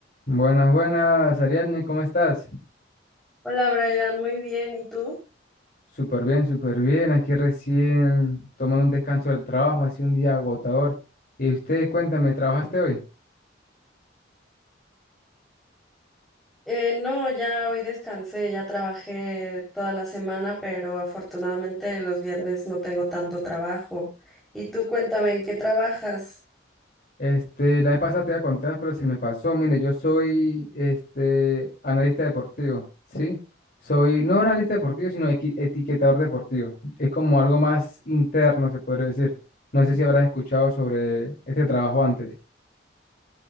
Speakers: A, on the left (about 50°); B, in the centre.
A: Buenas, buenas, Ariadne, ¿cómo estás?
B: Hola Brian, muy bien, ¿y tú?
A: Súper bien, súper bien. Aquí recién tomando un descanso del trabajo, ha sido un día agotador. Y usted, cuéntame, ¿trabajaste hoy?
B: Eh, no, ya hoy descansé, ya trabajé toda la semana, pero afortunadamente los viernes no tengo tanto trabajo. Y tú cuéntame, ¿en qué trabajas?
A: Este, la vez pasada te iba a contar, pero se me pasó. Mire, yo soy este analista deportivo, ¿sí? Soy no analista deportivo, sino equi- etiquetador deportivo. Es como algo más interno, se podría decir. No sé si habrás escuchado sobre este trabajo antes.